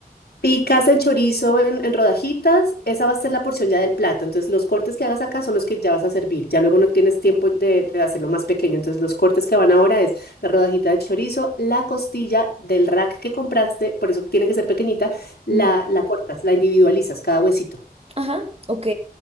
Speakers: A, on the left; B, on the right.
A: Picas el chorizo en, en rodajitas, esa va a ser la porción ya del plato. Entonces, los cortes que hagas acá son los que ya vas a servir. Ya luego no tienes tiempo de, de hacerlo más pequeño. Entonces, los cortes que van ahora es la rodajita de chorizo, la costilla del rack que compraste, por eso tiene que ser pequeñita, la,
B: Ujú.
A: la cortas, la individualizas, cada huesito.
B: Ajá, ok,